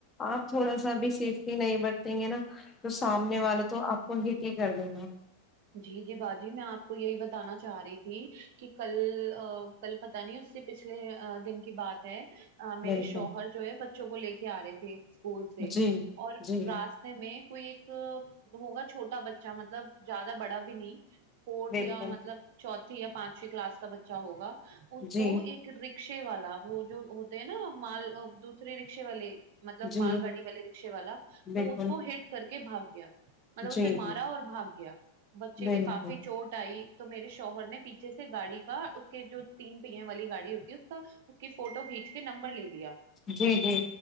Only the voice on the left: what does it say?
آپ تھوڑا سا بھی سیفٹی نہیں برتیں گے نا تو سامنے والا تو آپ <unintelligible> کر دیگا
بالکل
جی
جی
بالکل
جی
جی
بالکل
جی
جی
بالکل
جی جی